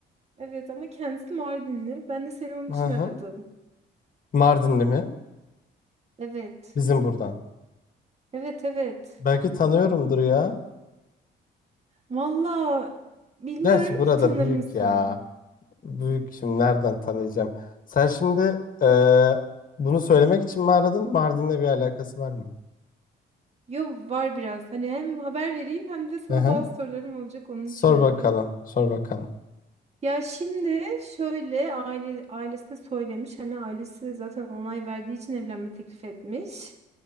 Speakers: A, on the right; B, on the left.
A: evet ama kendisi Mardinli. Ben de seni onun
B: hı
A: için
B: hı.
A: aradım.
B: Mardinli mi?
A: Evet,
B: Bizim buradan.
A: evet, evet.
B: Belki tanıyorumdur ya.
A: Valla bilmiyorum
B: Gerçi burada
A: ki tanır
B: büyük
A: mısın?
B: ya. Büyük şimdi nereden tanıyacağım? Sen şimdi e, bunu söylemek için mi aradın? Mardin'le bir alakası var mı?
A: Yo var biraz. Hani hem haber vereyim hem de sana
B: Hı hı.
A: bazı sorularım olacak onun
B: Sor
A: için aradım.
B: bakalım. Sor bakalım.
A: Ya şimdi şöyle aile ailesine söylemiş hani ailesi zaten onay verdiği için evlenme teklif etmiş